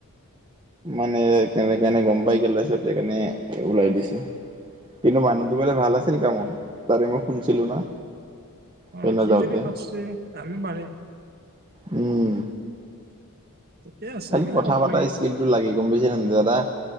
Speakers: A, on the right; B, on the right.
A: মানে কেনে যেনে গম পাই পেলাইছে এইটো কৰণে ওলাই দিছে। কিন্তু মানুহ সি বোলে ভাল আছিল কামত, তাৰে মই শুনিছিলোঁ না।
B: অ'
A: সেইদিনা
B: সি
A: যাওঁতে
B: যদি পাৰিছে, আমিওঁ পাৰিম।
A: উম।
B: ঠিকে আছে
A: খালি
B: এইগিলা
A: কথা
B: হ'ব
A: পতা
B: লাগে
A: স্কিলটো লাগে গম পাইছে ন' দাদা,